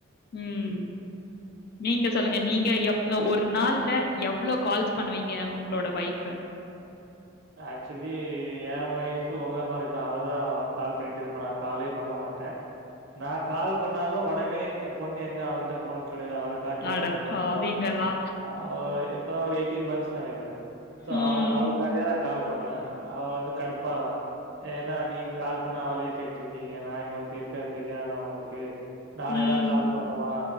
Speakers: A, on the left; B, on the right.
A: ம் நீங்க சொல்லுங்க நீங்க எப் ஒரு நாள்ல எவ்வளோ கால்ஸ் பண்ணுவீங்க உங்களோட ஒயிஃப்
B: ஆக்சுவலி என் ஒய்ஃப் உங்கள மாரிதா அவதா கால் பண்ணிட்டு இருப்பா காலே பண்ண மாட்டே நா கால் பண்ணாலு உடனே <unintelligible> பொண்ணு எங்க அவகிட்ட போன <unintelligible> அவள காட்டி
A: அட
B: அவ என்ன பண்றா
A: பாவிங்களா!
B: அவ இப்பதா ஒரு எயிட்டின் மந்த்ஸ் நெனைக்கிற சோ
A: ம்.
B: அவ அவளுக் காண்டி தா வா அவ வந்து கடுப்பாவா ஏனா நீங்க கால் இப்ப நா அவளையே கேட்ருக்கீங்க நா இங்க ஒருத்தி இருக்கே தெரியாதா உங்களுக்கு நானே
A: ம்.
B: தா கால் பண்ணுமா